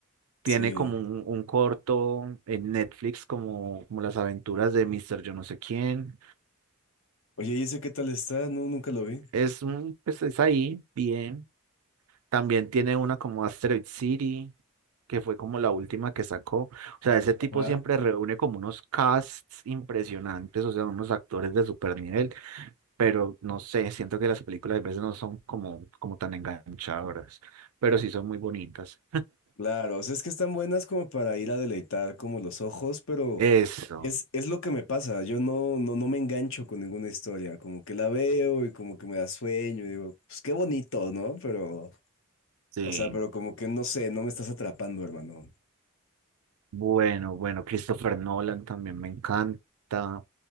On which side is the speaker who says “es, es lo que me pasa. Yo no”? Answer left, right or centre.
Left